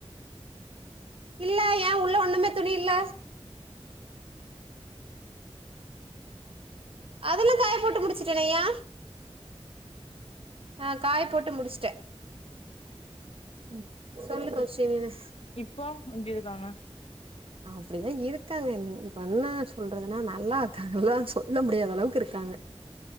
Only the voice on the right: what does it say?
இல்ல ஏ உள்ள ஒண்ணுமே துணி இல்ல அதெல்லா காய போட்டு முடிச்சுட்டனே ஏ ஆ காய போட்டு முடிச்சட்டே ம் சொல்லு கௌஷி நீனு
அப்டிதா இருக்காங்க இப்ப என்ன சொல்றதுன்னா நல்லா இருக்காங்கல்லா சொல்ல முடியாத அளவுக்கு இருக்காங்க